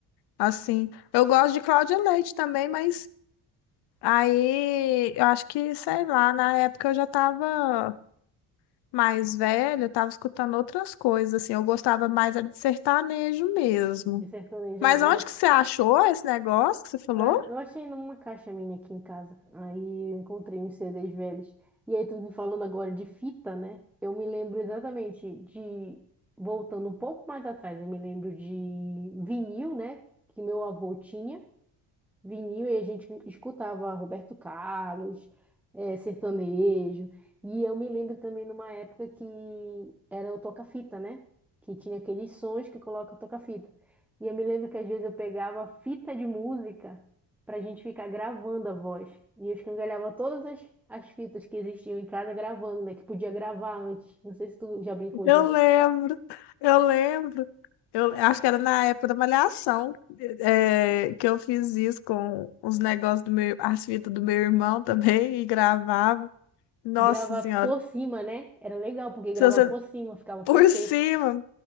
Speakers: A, on the left (about 85°); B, in the centre.
A: Assim, eu gosto de Cláudia Leite também, mas Aí, eu acho que, sei lá, na época eu já estava mais velha, eu estava escutando outras coisas, assim, eu gostava mais era de sertanejo mesmo.
B: Me sertaneja
A: Mas
B: agora.
A: onde que você achou esse negócio que você falou?
B: Ah, Eu achei numa caixa minha aqui em casa. Aí eu encontrei uns CDs velhos. E aí tu me falando agora de fita, né? Eu me lembro exatamente de... Voltando um pouco mais atrás, eu me lembro de vinil, né? Que meu avô tinha. vinil e a gente escutava Roberto Carlos, eh, sertanejo. E eu me lembro também numa época que era o toca-fita, né? Que tinha aqueles sons que coloca o toca-fita. E eu me lembro que às vezes eu pegava fita de música para a gente ficar gravando a voz. E eu escangalhava todas as, as fitas que existiam em casa gravando, né? Que podia gravar antes. Não sei se tu já brincou
A: Eu
B: disso.
A: lembro, eu lembro. Eu acho que era na época da Malhação, é que eu fiz isso com os negócios do meu, as fitas do meu irmão também e gravava. Nossa
B: Gravar
A: Senhora,
B: por cima, né? Era legal, porque gravar
A: se você
B: por cima ficava
A: por
B: perfeito.
A: cima,